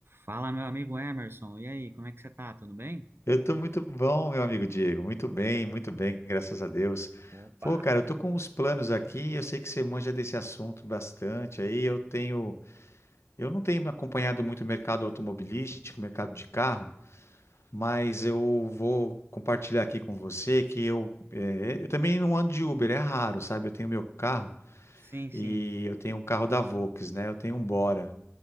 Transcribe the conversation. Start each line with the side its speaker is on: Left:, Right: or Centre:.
Right: Fala, meu amigo Emerson. E aí, como é que você tá? Tudo bem?
Left: Eu tô muito bom, meu amigo Diego. Muito bem, muito bem, graças a Deus.
Right: Opa!
Left: Pô, cara, eu tô com uns planos aqui. Eu sei que você manja desse assunto bastante. Aí eu tenho, eu não tenho acompanhado muito o mercado automobilístico, o mercado de carro, mas eu vou compartilhar aqui com você que eu, é, eu também não ando de Uber, é raro, sabe? Eu tenho meu carro
Right: Sim, sim.
Left: e eu tenho um carro da Volks, né? Eu tenho um Bora.